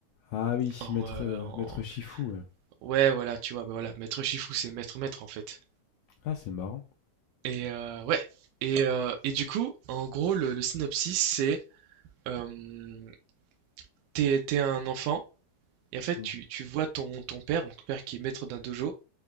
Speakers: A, on the left; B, on the right.
A: Ah oui,
B: en,
A: maître,
B: euh,
A: euh,
B: en-
A: maître Shifu, ouais.
B: Ouais, voilà, tu vois, bah voilà, maître Shifu c'est maître maître en fait.
A: Ah, c'est marrant.
B: Et euh, ouais. Et, euh, et du coup, en gros, le, le synopsis c'est euh, t'es, t'es un enfant et en fait
A: Mm,
B: tu, tu vois ton, ton père, donc ton père qui est maître d'un dojo